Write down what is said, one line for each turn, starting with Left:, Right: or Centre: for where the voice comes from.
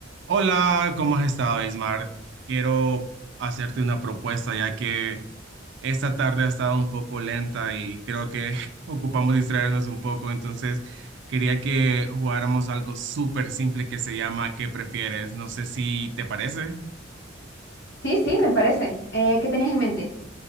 Right: Hola, ¿cómo has estado, Ismar? Quiero hacerte una propuesta, ya que esta tarde ha estado un poco lenta y creo que <laughs> ocupamos distraernos un poco, entonces quería que jugáramos algo súper simple que se llama ¿Qué prefieres? No sé si te parece.
Left: Sí, sí, me parece. Eh, ¿qué tenías en mente?